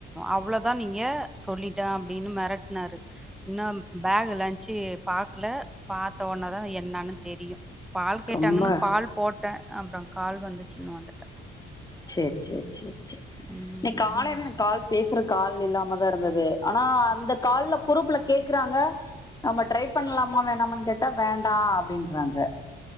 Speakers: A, in the centre; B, on the left.
A: அவ்ளோதா நீங்க சொல்லிட்டே அப்டின்னு மெரட் னாரு இன்னு பேகு லஞ்சு பாக்கல பாத்தோன தா என்னானு தெரியு பால் கேட்டாங்கன்னு
B: ரொம்ப
A: பால் போட்டே அப்றோ கால் வந்துச்சின்னு வந்துட்டே
B: சேர் சேர் சேர் சேர்
A: ம்.
B: நீ காலைல தான கால் பேசுற கால் இல்லாம தா இருந்தது ஆனா அந்த கால்ல குருப்புல கேக்குறாங்க நம்ம ட்ரை பண்ணலாமா வேணாமான் கேட்டா வேண்டா அப்டின்றாங்க